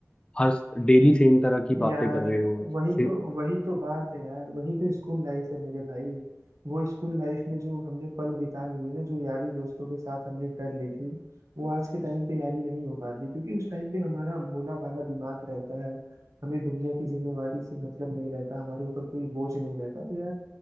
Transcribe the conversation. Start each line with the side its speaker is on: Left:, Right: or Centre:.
Left: हर डेली सेम तरह की बातें
Right: यार
Left: कर रहे हो
Right: वही
Left: से,
Right: तो वही तो बात है यार वही तो स्कूल लाइफ है मेरे भाई वो स्कूल लाइफ में जो हमने पल बिता लिए ना जो यारी दोस्तों के साथ हमने कर ली थी वो आज के टाइम पे यारी नहीं हो पाती क्योंकि उस टाइम पे हमारा भोला भाला दिमाग रहता है हमें दुनिया की जिम्मेवारी से मतलब नहीं रहता हमारे ऊपर कोई बोझ नहीं रहता तो यार